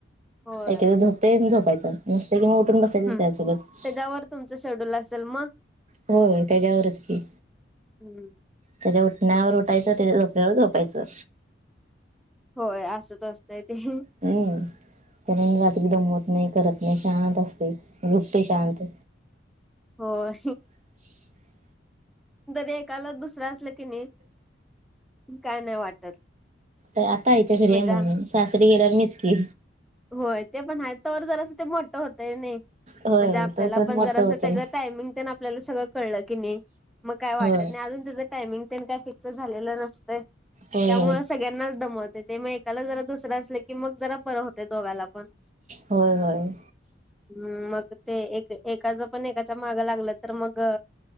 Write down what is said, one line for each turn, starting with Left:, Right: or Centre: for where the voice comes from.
Centre: होय
Right: एखाद झोपतय झोपायचं नसतं कि उठ''--'' उठून बसायच
Centre: हम्म
Right: त्यासोबत.
Centre: त्याच्यावर तुमचं शेड्यूल असेल मग.
Right: होय त्याच्यावरच की.
Centre: हम्म.
Right: त्याच्या उठण्यावर उठायचं त्याच्या झोपण्यावर झोपायचं.
Centre: होय असंच असतंय ते.
Right: हम्म त्यान रात्री दमत नाही करत नाही शांत असते झोपतोय शांत.
Centre: होय.
Right: ह <inaudible>
Centre: तरी एकाला दुसरं असलं की नी, काय नाही वाटत.
Right: आता इथ फ्री
Centre: म्हणजे
Right: आहे म्हणून, सासरी गेल्यावर मीच की.
Centre: होय ते पण आहे, तोवर जरासं ते मोठं होतय नाही.
Right: होय
Centre: म्हणजे आपल्याला
Right: तोपर्यंत
Centre: पण
Right: मोठं
Centre: जर असं
Right: होतय
Centre: त्याच टायमिंग तेन आपल्याला सगळं कळलं की नी. मग काय वाटत
Right: होय
Centre: नाही, अजून त्याचं टायमिंग तेन काही फिक्स झालेलं नसतंय.
Right: होय
Centre: त्यामुळ
Right: होय
Centre: सगळ्यांनाच दमवते ते म एक त्याला जरा दुसर असल, की मग जरा बर होतय दोघाला पण.
Right: होय होय.
Centre: हूं मग ते एक एकाच पण एकाच्या मागं लागलं तर मग.